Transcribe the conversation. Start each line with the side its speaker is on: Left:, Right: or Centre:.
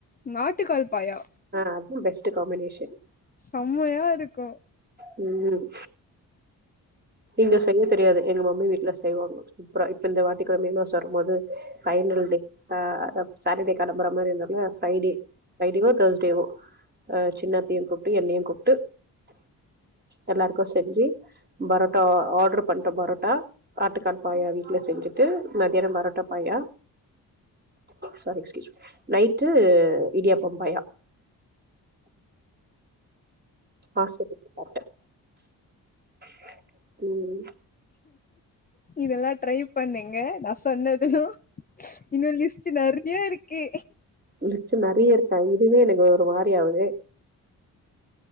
Left: நாட்டுக்கால் பாயா
Right: ஆ அதுதான் பெஸ்ட் காம்பினேஷன்
Left: செம்மையா இரு க்கு
Right: ம் இங்க செய்ய தெரியாது எங்க மம்மி வீட்ல செய்வாங்க சூப்ரா இப்ப இந்த வாட்டி கூட மே மாசம் வரும் போது ஃஃபைனல் டே ஆ சாட்டடே கிளம்புற மாரி இருந்தோல ஃப்ரைடே ஓ தேர்ஸ்டேவோ சின்னத்தையும் கூப்ட்டு எண்ணெயும் கூப்ட்டு எல்லாருக்கும் செஞ்சு பரோட் ஆர்டர் பண்ண பரோட்டா ஆட்டுக்கால் பாயா வீட்ல செஞ்சுட்டு மதியானம் பரோட்டா பாயா ஸாரி நைட்டு இடியாப்பம் பாயா ஆஸ்வதிச்சு சாப்டேன் <inaudible> ம்
Left: இதெல்லா ட்ரை பண்ணுங்க நா சொன்னது இன்னு லிஸ்ட் நற்யா இருக் கு
Right: மிச்சோ நறைய இருக்கா இதுவே எனக்கு ஒரு மாரி ஆவுது